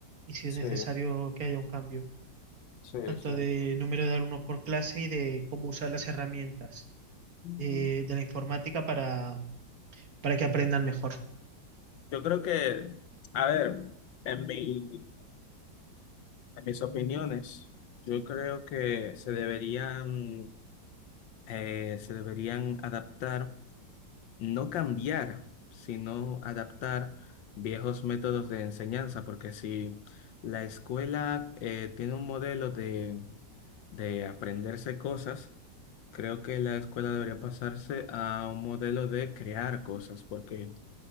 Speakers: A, on the right; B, on the left.
A: Y si
B: Sí,
A: es necesario que haya un cambio,
B: sí,
A: tanto
B: sí.
A: de número de alumnos por clase y de cómo usar las herramientas
B: Ujú.
A: de, de la informática para, para que aprendan mejor.
B: Yo creo que, a ver, en mi, en mis opiniones, yo creo que se deberían, eh, se deberían adaptar. no cambiar, sino adaptar viejos métodos de enseñanza, porque si la escuela eh, tiene un modelo de, de aprenderse cosas, creo que la escuela debería pasarse a un modelo de crear cosas, porque